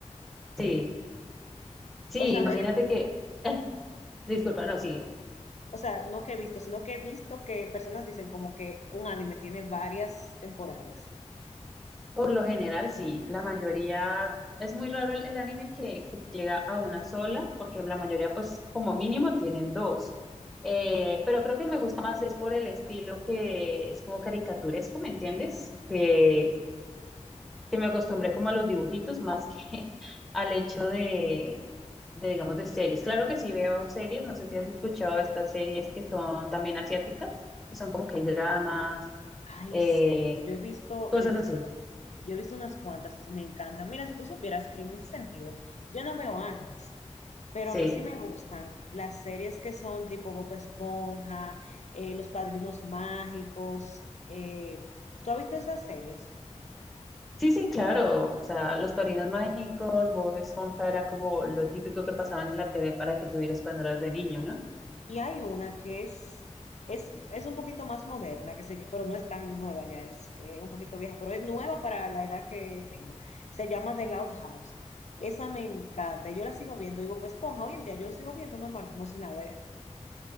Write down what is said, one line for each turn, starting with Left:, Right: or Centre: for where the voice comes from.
Centre: sí, sí,
Left: O sea,
Centre: imagínate
Left: no
Centre: que, <laughs> disculpa, no, sigue.
Left: o sea, no que he visto, sino que he visto que personas dicen como que un anime tiene varias temporadas.
Centre: Por lo general, sí, la mayoría, es muy raro el, el anime que, que llega a una sola, porque la mayoría, pues, como mínimo tienen dos. Eh, pero creo que me gusta más es por el estilo que es como caricaturesco, ¿me entiendes? Que, que me acostumbré como a los dibujitos más que <laughs> al hecho de, de, digamos, de series. Claro que sí veo series, no sé si has escuchado estas series que son también asiáticas, que son como que dramas,
Left: Ay,
Centre: eh,
Left: sí. Yo he visto,
Centre: cosas
Left: yo he visto,
Centre: así,
Left: yo he visto unas cuantas y me encantan. Mira, si tú supieras que en ese sentido, yo no veo animes. Pero
Centre: sí.
Left: a mí sí me gustan las series que son tipo Bob Esponja, eh, Los Padrinos Mágicos. eh, ¿tú has visto esas series?
Centre: Sí, sí, claro. O sea, los Padrinos Mágicos, Bob Esponja era como lo típico que pasaban en la TV para que tuvieras cuando eras de niño, ¿no?
Left: Y hay una que es, es, es un poquito más moderna, que se, ll- pero no es tan nueva ya, es eh, un poquito vieja, pero es nueva para la edad que tengo. Se llama The Loud House. Esa me encanta. Yo la sigo viendo, y Bob Esponja, hoy en día yo lo sigo viendo normal, como si nada. eh,